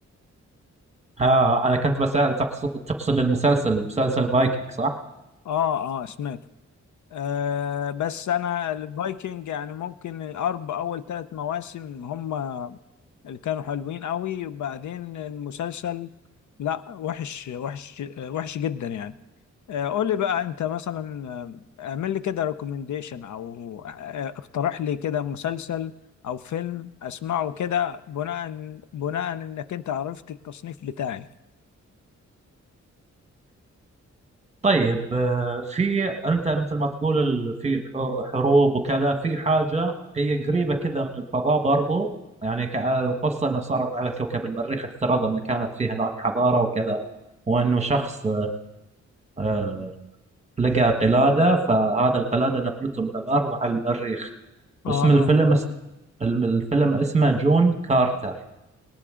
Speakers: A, on the right; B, on the left.
A: ها انا كنت بسال تقصد تقصد المسلسل مسلسل فايكنج صح؟
B: اه اه سمعته آه بس انا الفايكنج يعني ممكن الارب اول ثلاث مواسم هم اللي كانوا حلوين قوي وبعدين المسلسل لا وحش وحش آه، وحش جدا يعني آه، قول لي بقى انت مثلا آه، اعمل لي كده ريكومنديشن او آه، اقترح لي كده مسلسل او فيلم اسمعه كده بناء بناء انك انت عرفت التصنيف بتاعي
A: طيب آه، في انت مثل ما تقول ال- في ح- حروب وكذا في حاجه هي قريبه كذا من الفضاء برضو يعني ك- القصه انه صارت على كوكب المريخ افترض ان كانت فيه هناك حضاره وكذا وانه شخص آه، لقى قلاده فهذا القلاده نقلته من الارض على المريخ
B: اه
A: اسم الفيلم
B: اه
A: اسم الم- الفيلم اسمه جون كارتر